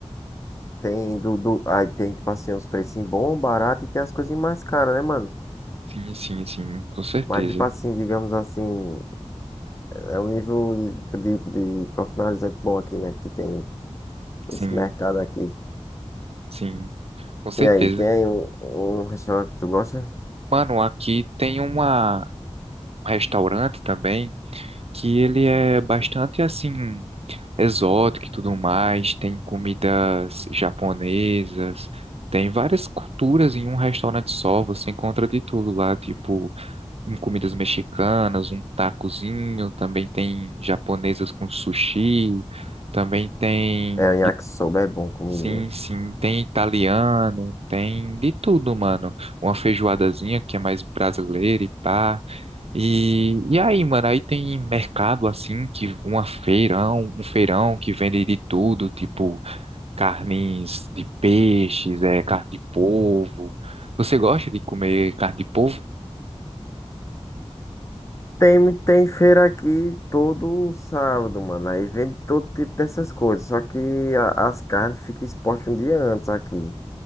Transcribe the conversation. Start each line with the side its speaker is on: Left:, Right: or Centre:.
Left: tem do, do- aí tem, tipo assim, uns precinhos bons, barato e tem as coisinhas mais caras, né, mano?
Right: Sim, sim, sim, com certeza.
Left: Mas, tipo assim, digamos assim, é um nível de, de, de profissionalizante bom aqui, né? Que tem
Right: Sim,
Left: esse mercado aqui.
Right: sim, com certeza.
Left: E aí, tem um, um restaurante que tu gosta?
Right: Mano, aqui tem uma, um restaurante também que ele é bastante assim exótico e tudo mais, tem comidas japonesas, tem várias culturas em um restaurante só, você encontra de tudo lá, tipo um comidas mexicanas, um tacozinho, também tem japonesas com sushi, também tem,
Left: É, o yakisoba
Right: e-
Left: é bom comigo.
Right: sim, sim, tem italiano, tem de tudo, mano. Uma feijoadazinha que é mais brasileira e pá. E, e aí, mano, aí tem mercado assim, que uma feirão, um feirão que vende de tudo, tipo carnes de peixes, é, carne de polvo. Você gosta de comer carne de polvo?
Left: Tem, tem feira aqui todo sábado, mano. Aí vende todo tipo dessas coisas. Só que a- as carnes ficam expostas um dia antes aqui.